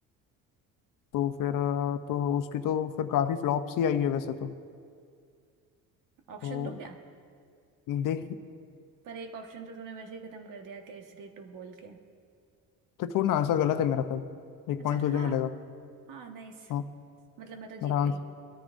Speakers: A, on the left (about 65°); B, on the right (about 60°).
A: तो फिर अ, तो उसकी तो फिर काफी फ्लॉप सी आई है वैसे तो
B: ऑप्शन
A: तो
B: दूं क्या
A: देख
B: पर एक ऑप्शन तो तूने वैसे ही खत्म कर दिया केसरी टू बोल के
A: तो छोड़ना आंसर गलत है मेरा फिर एक
B: अच्छा
A: पॉइंट
B: हाँ
A: तुझे मिलेगा
B: हाँ नाइस
A: हाँ
B: मतलब मैं तो
A: मेरा
B: जीत
A: आंसर
B: गई